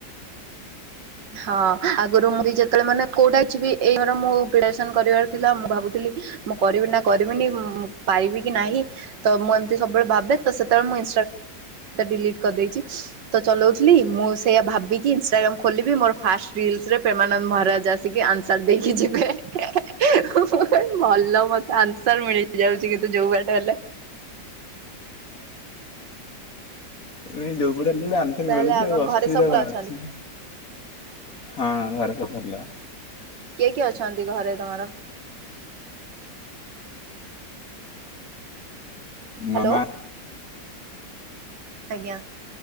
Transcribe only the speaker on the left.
ନ ଯୋଉ ପଡା ହେଲେ ଗୋଟେ ଆନ୍ଥରେ
ମିଳୁଛି
ଆଉ ଅସୁବିଧା
କଣ
ଅଛି ହଁ ଘର ସ ଭରିଲ
ମାମ